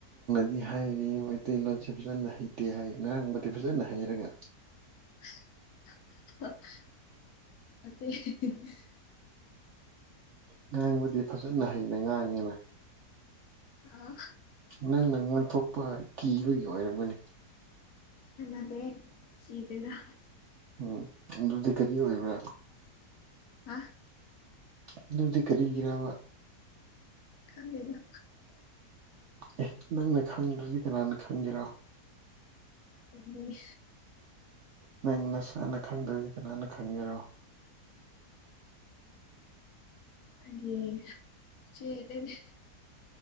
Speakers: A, on the right (about 70°); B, on the left (about 65°).
A: ꯗꯤ ꯍꯥꯏꯔꯤ ꯃꯩꯇꯩꯂꯣꯟꯁꯦ ꯐꯖꯅ ꯍꯩꯇꯦ ꯍꯥꯏ ꯉꯥꯡꯕꯗꯤ ꯐꯖꯅ ꯍꯩꯔꯒ
B: ꯑ
A: ꯉꯥꯡꯕꯗꯤ ꯐꯖꯅ ꯍꯩꯅ ꯉꯥꯡꯉꯦꯅ
B: ꯑ
A: ꯅꯪꯅ ꯉꯥꯡꯊꯣꯛꯄ ꯀꯤꯕꯒꯤ ꯑꯣꯏꯔꯝꯒꯅꯤ
B: ꯑꯗꯦ ꯆꯤꯗꯒ
A: ꯎꯝ ꯑꯗꯨꯗꯤ ꯀꯔꯤ ꯑꯣꯏꯕ꯭ꯔꯥ
B: ꯑ
A: ꯑꯗꯨꯗꯤ ꯀꯔꯤꯒꯤꯔꯕ
B: ꯀꯗꯅ
A: ꯑꯦ ꯅꯪꯅ ꯈꯪꯗ꯭ꯔꯗꯤ ꯀꯅꯥꯅ ꯈꯪꯒꯤꯦꯔ
B: ꯑꯗꯨ ꯃꯤ
A: ꯅꯪ ꯅꯁꯥꯅ ꯈꯪꯗ꯭ꯔꯗꯤ ꯀꯅꯥꯅ ꯈꯪꯒꯦꯔꯣ
B: ꯑꯗꯨ ꯁꯤꯅꯦ